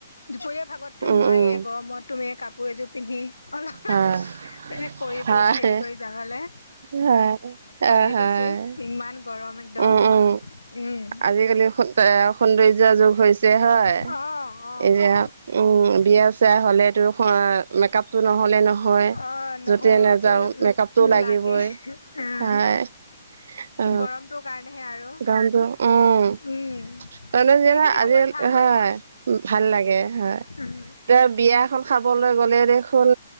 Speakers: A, on the left; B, on the right.
A: দুপৰীয়া ভাগতো
B: উম
A: নোৱাৰিয়েই
B: উম
A: গৰমত তুমি কাপোৰ এযোৰ পিন্ধি, অলপ
B: হয়
A: কৰি
B: হয়
A: পেলাই হেৰি কৰি যাবলে।
B: হয়
A: সাজি
B: অ হয়
A: কাচি ইমান গৰম একদম
B: উম উম
A: উম
B: আজিকালি স সৌন্দৰ্যৰ যুগ, হৈছে হয়
A: অ', অ',
B: এতিয়া উম বিয়া চিয়া হ'লেতো, হয় মেকাপটো নহ'লে নহয়
A: অ', নহয়
B: যতে
A: সেইটো
B: নাযাও মেকাআপটো লাগিবই।
A: লাগে অ',
B: হয় অ,
A: গৰমটোৰ কাৰণেহে আৰু
B: গানটো উম
A: উম,
B: <unintelligible>
A: সেইখিনি
B: আজি
A: সময়ত ভাল
B: হয়
A: লাগে
B: ভাল লাগে হয়।
A: উম,
B: এ বিয়া এখন খাবলৈ গ'লে দেখোন।